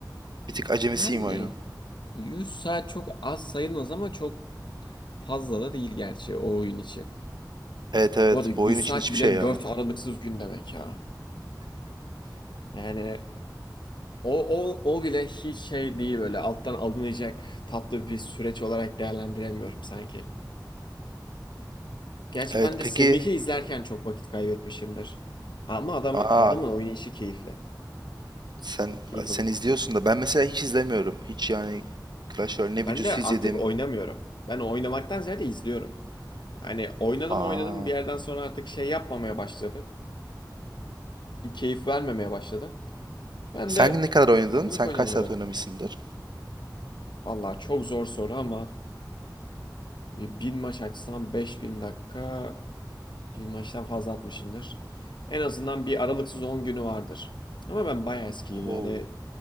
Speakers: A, on the right; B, on the left.
A: Bir tık acemisiyim
B: Yani
A: oyunu.
B: 100 saat çok az sayılmaz ama çok fazla da değil gerçi o oyun için.
A: Evet evet,
B: Bu arada 100
A: bu oyun için
B: saat
A: hiçbir
B: bile
A: şey ya.
B: 4 aralıksız gün demek ya. Yani o, o, o bile hiç şey değil böyle alttan alınacak tatlı bir süreç olarak değerlendiremiyorum sanki. Gerçi
A: Evet
B: ben de
A: peki,
B: Semih'i izlerken çok vakit kaybetmişimdir. Ama adam,
A: aa
B: adamın oynayışı keyifli.
A: Sen
B: Keyif
A: sen
B: alırım.
A: izliyorsun da ben mesela hiç izlemiyorum. Hiç yani Clash Royale ne
B: Ben
A: videosu
B: de artık
A: izledim.
B: oynamıyorum. Ben oynamaktan ziyade izliyorum. Hani oynadım
A: Aa.
B: oynadım bir yerden sonra artık şey yapmamaya başladı. keyif vermemeye başladı. Ben
A: Sen
B: de
A: ne kadar oynadın?
B: komik
A: Sen
B: oynanırı.
A: kaç saat oynamışsındır?
B: Allah çok zor soru ama bir bin maç açsam 5000 dakika bin maçtan fazla atmışımdır. En azından bir aralıksız 10 günü vardır. Ama ben bayağı eskiyim yani
A: Oo.